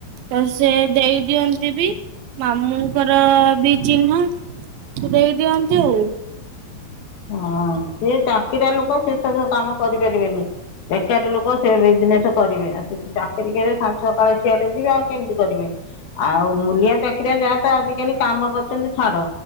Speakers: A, on the right; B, on the left.
A: ତ ସେ ଦେଇ ଦିଅନ୍ତି ବି। ମାମୁଁଙ୍କର ବି ଚିହ୍ନା ଦେଇ ଦିଅନ୍ତି ଆଉ।
B: ହଁ ସେ ଚାକିରିଆ ଲୋକ ସେ ସବୁ କାମ କରିପାରିବେନି। ବେକାରୀ ଲୋକ ସେ ବିଜନେସ କରିବେ ସେ ତ ଚାକିରି କରିବେ ସଞ୍ଜ ସକାଳେ ସିଆଡେ ଯିବେ ଆଉ କେମତି କରିବେ ଆଉ ମୂଲିଆ ଟେ କିରେ ଯାହା ତ ଆଜିକାଲି କାମ କରୁଚନ୍ତି ଛାଡ